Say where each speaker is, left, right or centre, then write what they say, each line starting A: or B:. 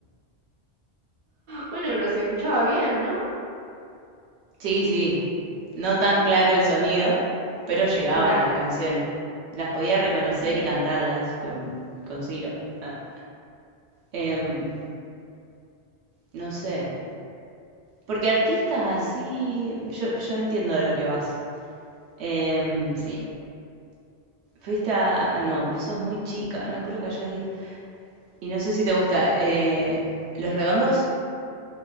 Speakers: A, on the right; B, on the right.
A: Bueno, pero se escuchaba bien, ¿no?
B: Sí, sí, no tan claro el sonido, pero llegaban
A: Claro,
B: las canciones. Las podía reconocer
A: Mm.
B: y cantarlas con, con Ciro. Ah. Em, no sé. Porque artistas así, yo, yo entiendo a lo que vas. Em,
A: sí.
B: fuiste a... No, vos sos muy chica, no creo que hayas ido. Y no sé si te gusta. eh, ¿Los redondos?